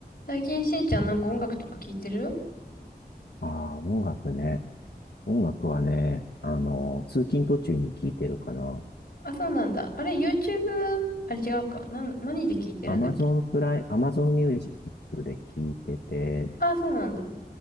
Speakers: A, on the left; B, on the left.
A: 最近しんちゃんなんか音楽とか聞いてる
B: ああ、音楽ね。音楽はね、あの、通勤途中に聞いてるかな。
A: あ、そうなんだ。あれ、YouTube? あれ違うか。なんだ、何で聞いてるんだっけ
B: アマゾンプライ、アマゾンミュージックで聞いてて、
A: あ、そうなんだ。